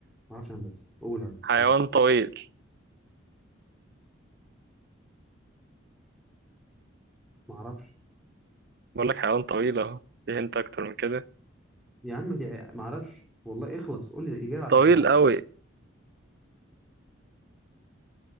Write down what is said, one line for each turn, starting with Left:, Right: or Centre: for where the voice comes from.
Centre: اعرفش يا هندسه قول يا هندسه
Right: حيوان
Centre: قول
Right: طويل
Centre: ما اعرفش
Right: بقول لك حيوان طويل اهو في هنت اكتر من كده
Centre: يا عم دي- ما اعرفش والله اخلص قول لي الاجابه عشان
Right: طويل قوي